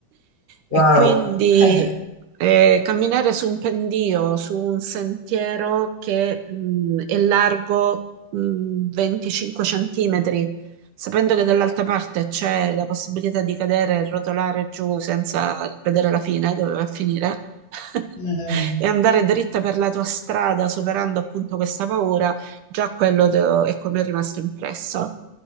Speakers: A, on the right (about 80°); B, on the left (about 85°).
A: E
B: Wow.
A: quindi
B: <laughs>
A: eh, camminare su un pendio, su un sentiero che mh, è largo mh, 25 centimetri, sapendo che dall'altra parte c'è la possibilità di cadere e rotolare giù senza vedere la fine, dove va a finire, <laughs>
B: Madonna.
A: e andare dritta per la tua strada, superando appunto questa paura, già quello te- è come è rimasto impresso.